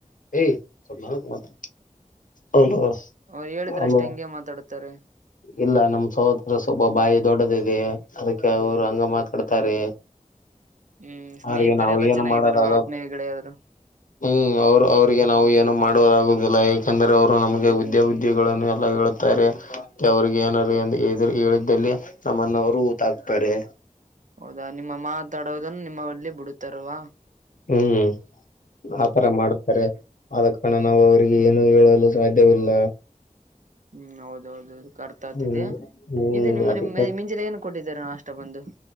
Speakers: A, on the left; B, on the right.
A: ಏಯ್ ಸ್ವಲ್ಪ ಮೆಲ್ಲಕ್ ಮಾತ್ ಹೌದು
B: ಅವ್ರು ಹೇಳಿದ್ರಷ್ಟೇ
A: ಹಲೋ.
B: ಹಂಗೆ ಮಾತಾಡುತ್ತಾರೆ
A: ಇಲ್ಲ ನಮ್ ಸಹೋದರ ಸ್ವಲ್ಪ ಬಾಯಿ ದೊಡ್ಡದದೆ ಅದಕ್ಕೆ ಅವರು ಅಂಗ ಮಾತ್ ಡ್ತಾರೆ
B: ಹ್ಮ್ ಸ್ನೇಹಿತರೆಲ್ಲಾ
A: ಅವಿಗೆ ನಾವು ಏನು
B: ಚೆನ್ನಾಗಿದಾರ
A: ಮಾಡೋದಾಗ
B: ಆತ್ಮೀಯ ಗೆಳೆಯರು
A: ಹ್ಮ್ ಅವರು ಅವಿಗೆ ನಾವು ಏನು ಮಾಡುವುದಾಗುದಿಲ್ಲ. ಯಕಂದರೆ ಅವರು ನಮಗೆ ವಿದ್ಯಾವಿದ್ಯೆಗಳನ್ನು ಎಲ್ಲ ಹೇಳುತ್ತಾರೆ ಅವ್ರಿಗೆ ಏನಾರ ಹೇಳ ಹೇಳಿದ್ದಲ್ಲಿ. ನಮ್ಮಣ್ಣನವರು ಊಟ ಹಾಕ್ತಾರೆ.
B: ಹೌದಾ ನಿಮ್ಮ ಮಾತಾಡೋದನ್ನು ನಿಮ್ಮವಳ್ಳೆ ಬಿಡತಾರವಾ.
A: ಹ್ಮ್ ಆತರ ಮಾಡು ಪರಿಹಾರ್ ಆದ ಕಾರಣ ನಾವು ಅವರಿಗೆ ಏನು ಹೇಳಲು ಸಾಧ್ಯವಿಲ್ಲ.
B: ಹ್ಮ್ ಹೌದ ಹೌದು ಕರ್ತ ಆತಿದೆ
A: ಹ್ಮ್ ಹ್ಮ್
B: ಇದು ನಿಮ್ಮಲ್ಲಿ
A: ಅದಕ್ಕೆ
B: ಮಿಂಜಿಲ್ ಏನು. ಕೊಟ್ಟಿದ್ದಾರೆ ನಾ ಅಷ್ಟ ಬಂದು